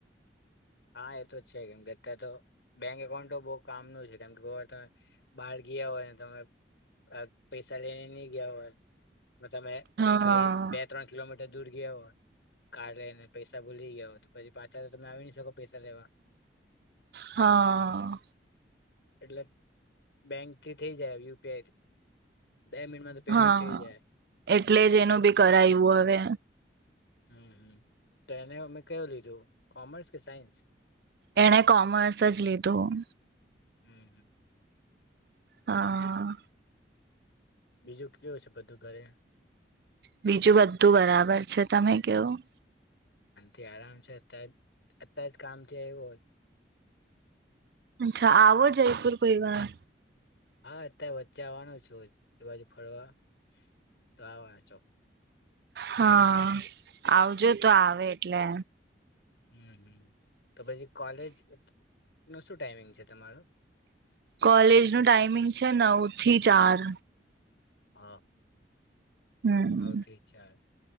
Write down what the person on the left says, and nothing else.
હા એ તો છે કેમ કે અત્યાર તો બેંક એકાઉન્ટો બો કામનું છે કેમ કે કો વાર તમે બ્હાર ગીયા હોયને તમે અ પૈસા લેઈ ની ગ્યા હોય મે તમે
કંઈ બે ત્રણ કિલોમીટ દૂર ગીયા હો કાર લેઈને પૈસા ભૂલી ગયા હો તો પછી પાછા તમે આવી ની શકો પૈસા લેવા
એટલે બેંકથી થેઇ જાય યુ પી આઈ થી બે મિનિટમાં તો પેમેન્ટ
થેઈ જાય
હમ્મ, હમ્મ તો એને અમેં કેયું લીધું કોમર્સ કે સાયન્સ?
હમ્મ, હમ્મ.
બીજું કેવું છે બધું ઘરે?
<inaudible> આરામ છે અત્યાર અત્યારે જ કામથી આઇવો
હા અત્યારે વચ્ચે આવવાનું છું જ એ બાજુ ફરવા તો આવા ચોક્કસ
હમ્મ હમ્મ તો પછી કોલેજ નું શું ટાઈમિંગ છે તમારું.
હ.
નવ થી ચાર